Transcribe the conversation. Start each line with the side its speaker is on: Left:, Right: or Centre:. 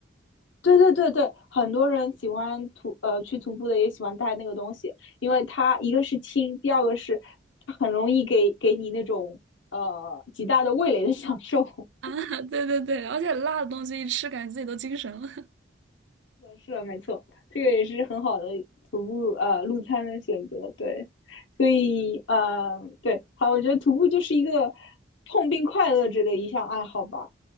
Left: 对对对对，很多人喜欢徒呃去徒步的也喜欢带那个东西，因为它一个是轻，第二个是它很容易给给你那种呃极大的味蕾的享受。<laughs>
Right: <laughs> 啊，对对对，而且辣的东西一吃，感觉自己都精神了
Left: 是的，是的没错，这个也是很好的徒步呃路餐的选择。对，所以呃对，好，我觉得徒步就是一个痛并快乐着的一项爱好吧。